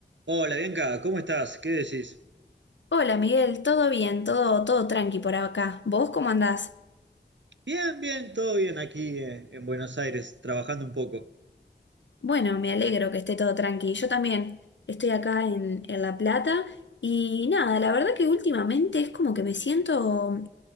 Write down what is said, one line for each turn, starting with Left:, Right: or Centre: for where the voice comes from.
Right: Hola Bianca, ¿cómo estás? ¿Qué decís?
Left: Hola Miguel, todo bien, todo, todo tranqui por acá. ¿Vos cómo andás?
Right: Bien, bien, todo bien aquí eh, en Buenos Aires, trabajando un poco.
Left: Bueno, me alegro que esté todo tranqui. Yo también estoy acá en, en La Plata y nada, la verdad que últimamente es como que me siento